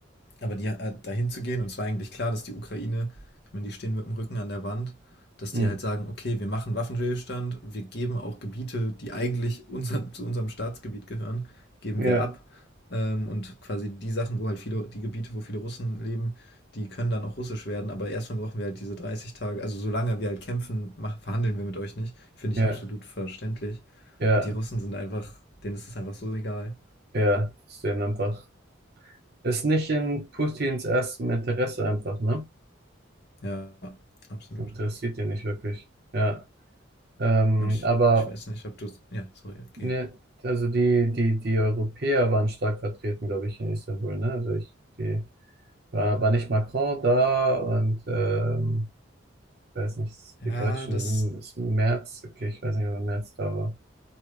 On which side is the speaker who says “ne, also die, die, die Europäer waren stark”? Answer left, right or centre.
Right